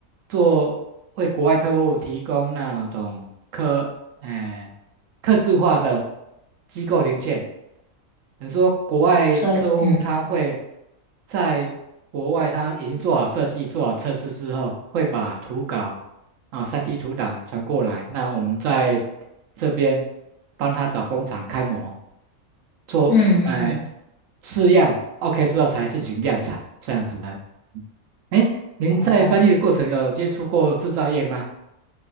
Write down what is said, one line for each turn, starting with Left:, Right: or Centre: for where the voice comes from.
Right: 做为国外客户提供那种客，呃，客制化的机构零件，比如说国外客户他会
Left: 所以嗯
Right: 在国外他已经做好设计、做好测试之后，会把图稿啊、三 d 图档传过来，那我们在这边帮他找工厂开模，做哎，
Left: 嗯嗯，
Right: 试样，OK 之后才进行量产这样子的。哎，您在翻译的过程有接触过制造业吗？
Left: 哦，